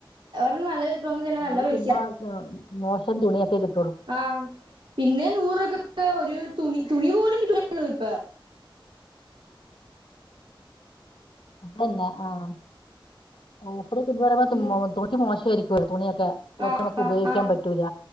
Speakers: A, on the right (about 60°); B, on the left (about 65°).
A: ഒരെണ്ണം നല്ലത് എടുക്കണമെങ്കിൽ തന്നെ
B: അത്
A: നല്ല പൈസയാ
B: പിന്നെ ഉം മോശം തുണിയക്കെ കി
A: ആഹ് പിന്നെ നൂറു രൂപകൊക്കെ ഒരു തുണി തുണി പോലും കിട്ടില്ലലോ ഇപ്പം
B: അത് തന്നെ ആഹ് ഓഫറിൽ കിട്ടു എന്ന് പറയുമ്പോ
A: പിന്നെ
B: തുണി മോശായിരിക്കു തുണിയൊക്കെ <unintelligible>
A: ആഹ് ആഹ്
B: ഉപയോഗിക്കാൻ
A: ആഹ്
B: പറ്റൂല